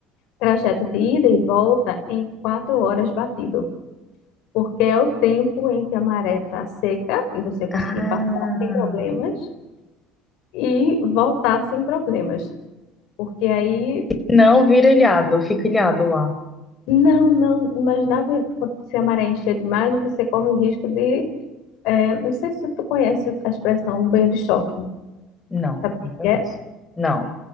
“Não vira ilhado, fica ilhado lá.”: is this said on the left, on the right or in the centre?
Left